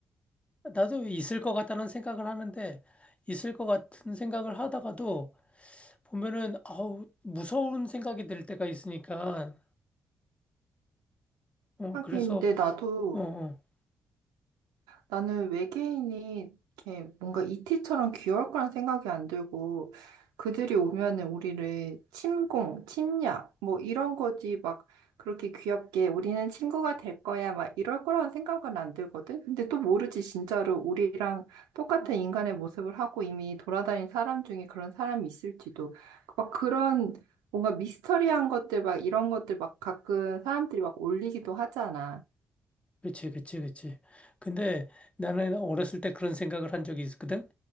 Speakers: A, on the left; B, on the right.
A: 나도 있을 것 같다는 생각을 하는데 있을 것 같은 생각을 하다가도 보면은 아우 무서운 생각이 들 때가 있으니까 어
B: 하긴
A: 그래서
B: 근데 나도
A: 어 어.
B: 나는 외계인이 이렇게 뭔가 이티처럼 귀여울 거란 생각이 안 들고 그들이 오면은 우리를 침공, 침략 뭐 이런 거지 막 그렇게 귀엽게 우리는 친구가 될 거야 막 이럴 거라는 생각은 안 들거든. 근데 또 모르지 진짜로 우리랑 똑같은 인간의 모습을 하고 이미 돌아다닌 사람 중에 그런 사람이 있을지도 막 그런 뭔가 미스터리한 것들 막 이런 것들 막 가끔 사람들이 막 올리기도 하잖아.
A: 그치, 그치, 그치. 근데 나는 어렸을 때 그런 생각을 한 적이 있었거든.